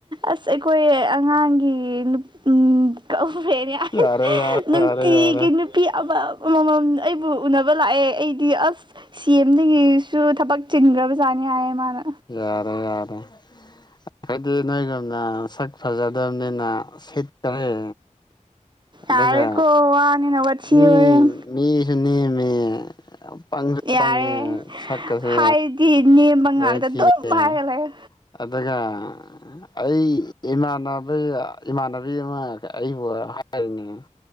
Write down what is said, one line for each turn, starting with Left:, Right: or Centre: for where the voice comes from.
Right: ꯑꯁ ꯑꯩꯈꯣꯏ ꯉꯥꯡꯒꯤ ꯎꯝ ꯀ ꯐꯦꯔ
Left: ꯌꯥꯔꯦ ꯌꯥꯔꯦ
Right: ꯅꯨꯡꯇꯤꯒꯤ
Left: ꯌꯥꯔꯦ ꯌꯥꯔꯦ
Right: ꯅꯨꯞ ꯄꯤ ꯑꯃ ꯑꯃꯃꯝ ꯑꯩꯕꯨ ꯎꯅꯕ ꯂꯥꯛꯑꯦ ꯑꯩꯗꯤ ꯑꯁ ꯁꯤ ꯑꯦꯝꯗꯒꯤꯁꯨ ꯊꯕꯛ ꯆꯤꯟꯈ꯭ꯔꯕꯖꯥꯅꯤ ꯍꯥꯏꯌꯦ ꯃꯥꯅ꯫
Left: ꯌꯥꯔꯦ ꯌꯥꯔꯦ ꯑꯩꯈꯩꯗꯤꯅꯥꯒ ꯁꯛ ꯐꯖꯗꯕꯅꯤꯅ ꯁꯤꯠꯇꯔꯦ꯫ ꯑꯗꯨꯒ
Right: ꯌꯥꯔꯦꯀꯣ ꯋꯥꯅꯤꯅ ꯋꯥꯊꯤ
Left: ꯃꯤ
Right: ꯋꯥꯔꯦꯝ
Left: ꯃꯤꯁꯨ ꯅꯦꯝꯃꯦ ꯄꯥꯡꯁꯨ
Right: ꯌꯥꯔꯦ
Left: ꯄꯥꯡꯉꯦ ꯁꯥꯛ ꯀꯁꯦ
Right: ꯍꯥꯏꯗꯤ ꯅꯦꯝꯕ
Left: ꯂꯣꯏ
Right: ꯉꯥꯛꯇ
Left: ꯊꯤꯔꯦ
Right: ꯑꯗꯨꯝ ꯍꯥꯏꯔ ꯂꯩꯌꯣ
Left: ꯑꯗꯨꯒ ꯑꯩ ꯏꯃꯥꯟꯅꯕ <unintelligible> ꯏꯃꯥꯟꯅꯕꯤ ꯑꯃ ꯑꯩꯕꯨ ꯍꯥꯏꯔꯤꯅꯦ